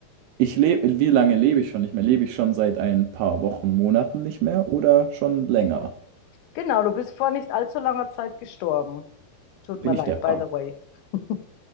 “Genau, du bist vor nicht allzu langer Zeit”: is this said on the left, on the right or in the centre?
Left